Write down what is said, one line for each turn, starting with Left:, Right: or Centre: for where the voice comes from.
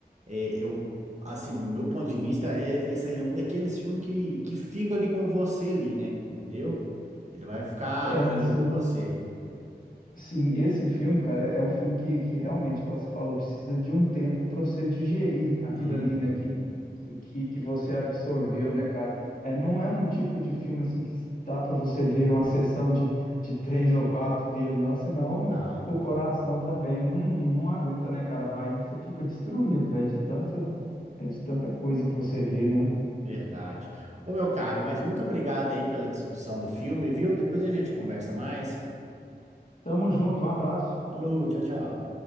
Right: É, eu, assim, no meu ponto de vista, é, esse aí é um daqueles filmes que, que fica ali com você ali, né? Entendeu? Ele vai ficar
Left: É,
Right: ali
Left: sim.
Right: com você.
Left: Sim, esse filme, cara, é um filme que, que realmente, igual você falou, precisa de um tempo para você digerir aquilo
Right: Uhum.
Left: ali, né, que, que, que você absorveu, né, cara? É, não é um tipo de filme, assim, que dá para você ver uma sessão de, de três ou quatro dele, não, senão
Right: Não.
Left: o coração também não, não aguenta, né, cara? Vai, você fica destruído, velho, de tanta, é, de tanta coisa que você vê, né?
Right: Verdade. Ô, meu caro, mas muito obrigado aí pela discussão do filme, viu? Depois a gente conversa mais.
Left: Tamo junto, um abraço.
Right: Falou, tchau, tchau.